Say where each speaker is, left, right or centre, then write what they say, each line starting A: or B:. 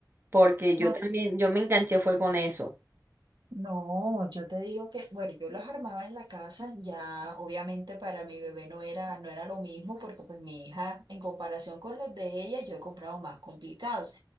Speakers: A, on the right (about 30°); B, on the right (about 80°).
A: Porque yo
B: No
A: también, yo me enganché fue con eso.
B: No, yo te digo que, bueno, yo las armaba en la casa, ya obviamente para mi bebé no era, no era lo mismo, porque pues mi hija, en comparación con los de ella, yo he comprado más complicados.